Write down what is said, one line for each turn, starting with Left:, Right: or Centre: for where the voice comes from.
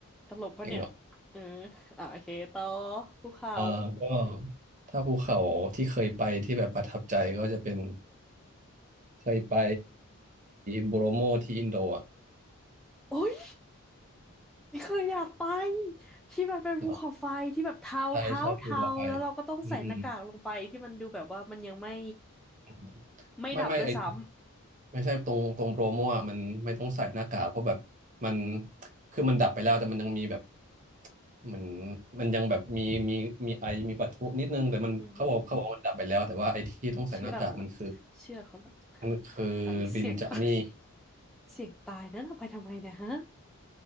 Centre: ตลกปะเนี่ย
Right: จริงเหรอ
Centre: เอออ่ะโอเคต่อภูเขา
Right: เออก็ถ้าภูเขาที่เคยไปที่แบบประทับใจก็จะเป็นเคยไปโบโรโมที่อินโดอ่ะ
Centre: โอ้ยนี่เคยอยากไปที่มันเป็นภูเขาไฟที่แบบเทาเทาเทาแล้วเราก็ต้องใส่หน้ากากลงไปที่มันดูแบบว่ามันยังไม่
Right: เหรอใช่ใช่ภูเขาไฟอืมอืมอืม
Centre: ไม่ดับด้วยซ้
Right: ไม่ไม่ไอ ไม่ใช่ตรงตรงโปรโมอ่ะมันไม่ต้องใส่หน้ากากเพราะแบบมันคือมันดับไปแล้วแต่มันยังมีแบบเหมือนมันยังแบบมีมีมีไอมีปะทุนิดนึงแต่มันเขาบอกเขาบอกว่ามันดับไปแล้วแต่ว่าไอที่ต้องใส่หน้ากากมันคือ
Centre: ำอือหือเชื่อมันเหรอเชื่อเขาเหรอ
Right: มันคือรินจานี่
Centre: ไปเสี่ยงตาย เสี่ยงตายนั่นเอาไปทำไมเนี่ยฮะ